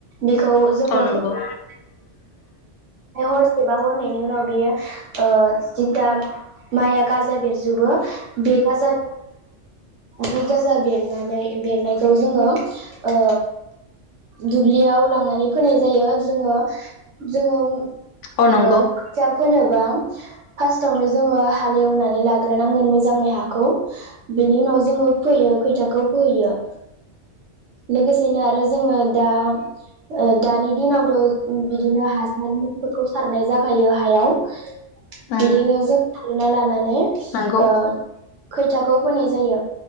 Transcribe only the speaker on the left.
औ नंगौ
औ नंगौ
उम
नंगौ